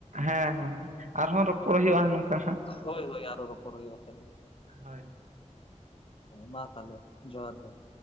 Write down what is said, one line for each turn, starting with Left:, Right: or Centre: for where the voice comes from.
Right: ᱦᱮᱸᱻ ᱦᱮᱸ ᱟᱨᱦᱚᱸ ᱨᱚᱯᱚᱲ ᱦᱩᱭᱩᱜ-ᱟ, ᱱᱚᱝᱠᱟ ᱦᱟᱜ
Left: ᱦᱳᱭ ᱦᱳᱭ ᱟᱨᱚ ᱨᱚᱯᱚᱲ ᱦᱩᱭᱩᱜᱼᱟ ᱛᱟᱦᱚᱞᱮ
Right: ᱦᱳᱭᱼᱼᱼ
Left: ᱢᱟ ᱛᱟᱞᱦᱮ ᱡᱚᱦᱟᱨ ᱜᱮ ᱾